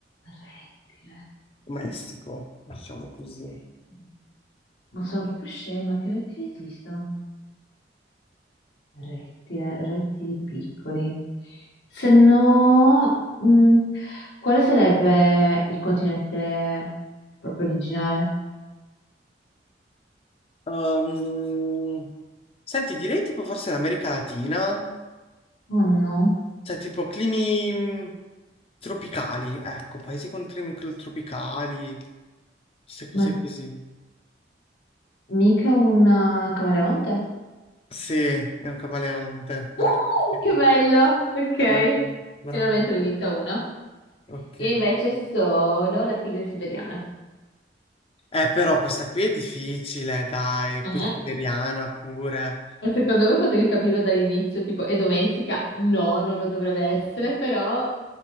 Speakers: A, on the left; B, on the left.
A: Rettile.
B: domestico, diciamo così.
A: Rettile. Ma sono proprio scema, che rettili esistono? Rettile, rettili piccoli. Se no, mh, quale sarebbe il continente proprio originale?
B: Ehm, Senti, direi tipo forse l'America Latina.
A: Oh no,
B: Cioè, tipo climi mh, tropicali, ecco, paesi con climi cl- tropicali, queste cose
A: ma
B: così.
A: mica un eh, camaleonte?
B: Sì, è un camaleonte, bravissimo.
A: Uh, che bello! Ok,
B: Bravo. bravo.
A: finalmente ne ho vinta una.
B: Ok.
A: Io invece sono la tigre siberiana.
B: Eh, però questa qui è difficile, dai,
A: Mhm.
B: poi siberiana pure.
A: Ma Secondo me potevi capirlo dall'inizio, tipo è domestica? No, non lo dovrebbe essere, però